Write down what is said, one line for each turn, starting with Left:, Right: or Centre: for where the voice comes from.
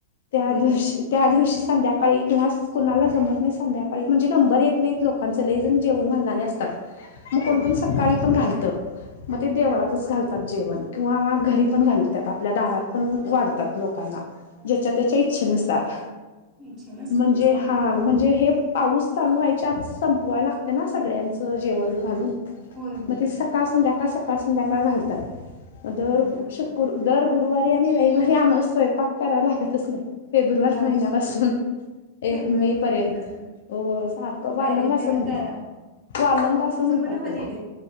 Left: त्या
Right: देवाचे
Left: दिवशी त्या दिवशी... संध्याकाळी किंवा कुणाला जमत नाही. संध्याकाळी म्हणजे नंबर येत नाही लोकांच लई जण जेवण घालणारे असत.... मग कोणकोण
Right: होय
Left: सकाळी पण घालत मग ते देवळातच
Right: हम्म
Left: घालतात. जेवण किंवा घरी पण घालतात. आपल्या दारात पण.. वाढतात लोकांना
Right: अर्थात
Left: ज्याच्या त्याच्या
Right: लोकांना
Left: इच्छेनुसार....
Right: इच्छेनुसार
Left: म्हणजे, हा म्हणजे हे पाऊस चालू व्हायचे आज संपवायला लागते ना सगळ्यांच.... जेवण घालून.
Right: होय होय
Left: मग ते सकाळ संध्याकाळ सकाळ संध्याकाळ घालतात... मग दर
Right: चालतात
Left: शुक दर गुरुवारी आणि रविवारी आम्हाला स्वयंपाक करावा लागतच नाही... फेब्रुवारी
Right: लागत
Left: महिन्यापासून... एक
Right: फेब्रुवारी
Left: मे पर्यंत
Right: महिन्यापासून
Left: सारखं वालंग
Right: भारी आहे
Left: असं
Right: तेवढाच
Left: म्हणतात...
Right: आराम
Left: वालंग असं
Right: तुमचं
Left: म्हणतात
Right: पण हॉलिडे
Left: त्याला....